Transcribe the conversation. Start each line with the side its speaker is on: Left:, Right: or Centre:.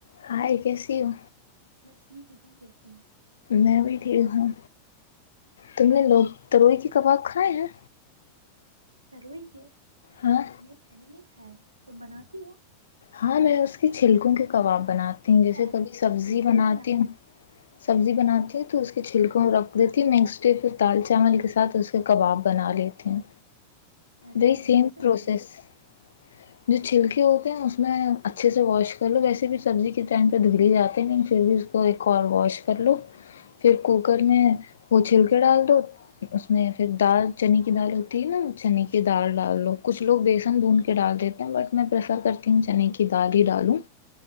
Left: ہاں ایک کیسی ہو
Right: میں ٹھیک ہوں توں کیسی ہوں
Left: میں بھی ٹھیک ہوں تم نے لوگ تروئی کے کباب کھائے ہیں
Right: ترو کے
Left: ہاں
Right: نہیں نہیں نہیں نہیں <unintelligible> تم بناتی ہو
Left: ہاں میں اس کی چھلکوں کے کباب بناتی جیسے
Right: اور
Left: کبھی سبزی
Right: کیسے
Left: بناتی
Right: بنا
Left: ہوں سبزی بناتی ہیں تو اس کے چھلکوں رکھ دیتی ہ مکسٹ پھر دال چاول کے ساتھ اس کا کباب بنا لیتی ہوں
Right: ارے
Left: د
Right: واہ
Left: سیم
Right: کیسے بناتے
Left: پروسس <unintelligible> جو چھلکی ہوتی اس میں اچھے سے واش کر لو ویسے بھی سبزی کے ٹائم پہ دھگللی جاتے نہیں پھر بھی اس کو ایک اور واش کر لو پھر کوکر میں وہ چھل کے ڈال دو اس میں پھر دال چنے کی دال ہوتی ہے نا چنے کی دال ڈال لو کچھ لوگ بیسن بھون کے ڈال دیتے ہیں بٹ میں پریفر کر چنے کی دال ہی ڈالوں